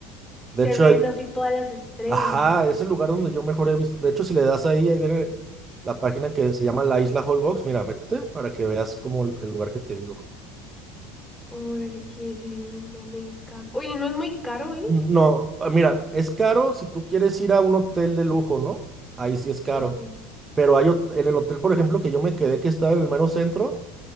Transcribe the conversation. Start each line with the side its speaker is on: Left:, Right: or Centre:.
Left: Se
Right: De hecho,
Left: ven
Right: hay,
Left: así todas las estrellas.
Right: Ajá, es el lugar donde yo mejor he visto. De hecho, si le das ahí, ahí viene la página que se llama La Isla Holbox. Mira, métete para que veas como el el lugar que te digo.
Left: Órale, qué lindo, me encanta. Oye, ¿no es muy caro,
Right: No, eh, mira, es caro si tú quieres ir a un hotel de lujo, ¿no? Ahí sí es caro.
Left: Ok,
Right: Pero hay hot- en el hotel, por ejemplo, que yo me quedé que estaba en el mero centro,